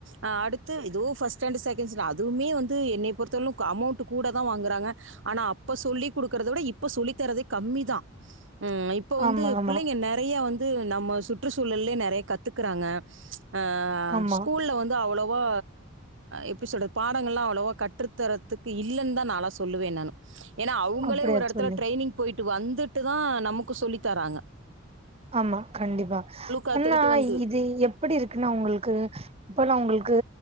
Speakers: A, on the right; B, on the right.
A: ஆ அடுத்து எதோ ஃபஸ்ட்டு ஸ்டாண்டர்ட் செகண்ட் ஸ்டாண்டர்ட் அதுவுமே வந்து என்ன பொறுத்தளவுக் அமௌண்ட்டு கூட தா வாங்குறாங்க ஆனா அப்ப சொல்லி்க்கொடுக்கறத விட இப்ப சொல்லித்தரது கம்மிதா உம் இப்ப வந்து
B: ஆமா ஆமா
A: பிள்ளைங்க நெறைய வந்து நம்ம சுற்றுச்சூழலயே நெறைய கத்துக்குறாங்க ஆ
B: ஆமா
A: ஸ்கூல்ல வந் அவ்ளவா எப்டி சொல்றது பாடங்கள்லா அவ்ளவா கற்றுத்தரத்துக்கு இல்லன்னு தா நாலா சொல்லுவேன நானு ஏன்னா அவங்களே
B: அப்படியா
A: ஒரு எடத்துல
B: தோழி
A: ட்ரைனிங் போயிட்டு வந் ந்துட்டு தா நமக்கு சொல்லித்தராங்க
B: ஆமா கண்டிப்பா
A: கற்றுக்கிட்டு
B: ஆனா
A: வந்து
B: இது எப்பிடி இருக்குன்னா உங்களுக்கு இப்போலா அவுங்களுக்கு